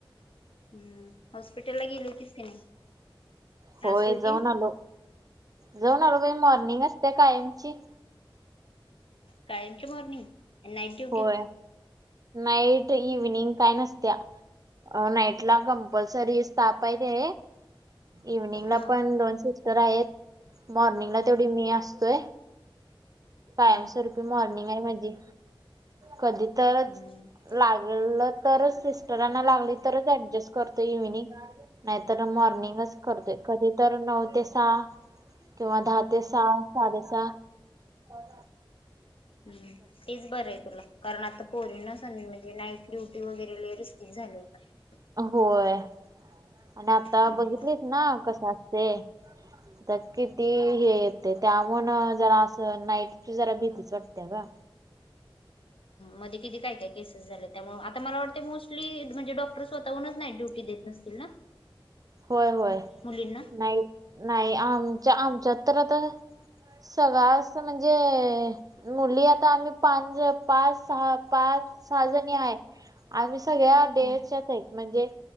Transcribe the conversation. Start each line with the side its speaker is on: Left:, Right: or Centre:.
Left: हम्म हॉस्पिटल ला गेली होतीस की नाही.
Right: होय
Left: आज ड्युटी
Right: जाऊन आलो जाऊन आलो बाई मॉर्निंग असते कायमची.
Left: कायमची मॉर्निंग नाईट ड्युटी.
Right: होय नाईट इव्हनिंग काय नसत्या. अ नाईट ला कंपल्सरी स््टाप आहे ते इव्हनिंगला
Left: हा
Right: पण दोनशे. तर आहेत मॉर्निंगला तेवढी मी असतोय. पाश
Left: हा
Right: रुपये मॉर्निंग आहे म्हणजे कधी तरच.
Left: हम्म हम्म
Right: लागलं तरच सिस्टरांना लागली तरच ऍडजस्ट करतो इव्हनिंग नाहीत. मारणींगस करते कध. तर नऊ ते सहा किंवा दहा ते सहा साडे सहा. हो ह.
Left: हम् तेच बरं आहे तुला कारण आता पोरी न स म. नाईट ड्युटी वगैरे ल रस् झालीय का.
Right: होय आणि आता
Left: हम्म,
Right: बघितलेत ना कस असते. तर किती हे येते त्यामु जरा असं नाईटची जरा भीतीच वाटते का.
Left: मध्ये किती काय काय केसेस झाले त्यामुळे आता मला. वाटते मोस्ली म्हणजे डॉक्टर स्वतःहूनच नाही ड्युटी देत नसतील ना.
Right: होय होय
Left: मुलींना
Right: नाही नाही आमच्या आमच्यात तर आता सगळ अस म्हणजे मुली आता आम्ही पा पाच सहा पाच. आ. सगळ्या
Left: हम्म,
Right: डेच्या आहेत म्हणजे